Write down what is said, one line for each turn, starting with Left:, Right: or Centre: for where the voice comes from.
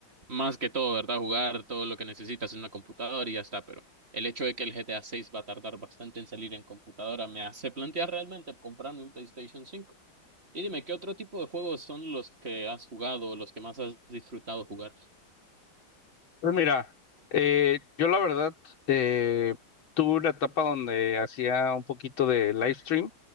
Right: más que todo, ¿verdad? Jugar todo lo que necesitas en una computadora y ya está. Pero el hecho de que el GTA seis va a tardar bastante en salir en computadora me hace plantear realmente comprarme un PlayStation cinco. Y dime, ¿qué otro tipo de juegos son los que has jugado, los que más has disfrutado jugar?
Left: Pues mira, eh, yo la verdad eh, tuve una etapa donde hacía un poquito de live stream,